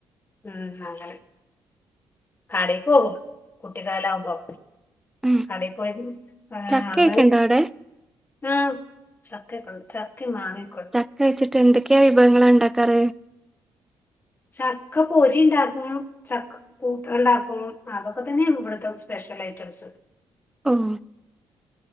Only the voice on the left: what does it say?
ഉം അങ്ങനെ കടേക്ക് പോകും കുട്ടിക്കാലാവുമ്പം
കടീപോയി ഏഹ്
അന്ന്
ആഹ് ചക്കെക്കെണ്ട് ചക്കിം മാങ്ങ്യൊക്കൊ
ചക്ക പൊരിണ്ടാക്കും ചക്ക് കൂട്ടാണ്ടാക്കും അതൊക്കെ തന്നെയാണ് ഇബെട്ത്തെ സ്പെഷ്യെലയ്റ്റംസ്